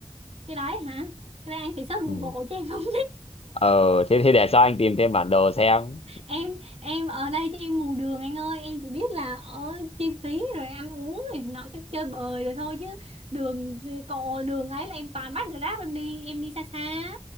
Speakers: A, on the right; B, on the left.
A: cái đấy hả cái đấy anh phải search
B: ừ
A: Google chứ em không
B: ờ thế thì để sau anh tìm thêm bản đồ xem
A: em em ở đây chứ em mù đường anh ơi em chỉ biết là ở chi phí rồi ăn uống rồi nó cái chơi bời rồi thôi chứ đường cộ đường ấy là em toàn bắt Grab em đi em đi xa xa á.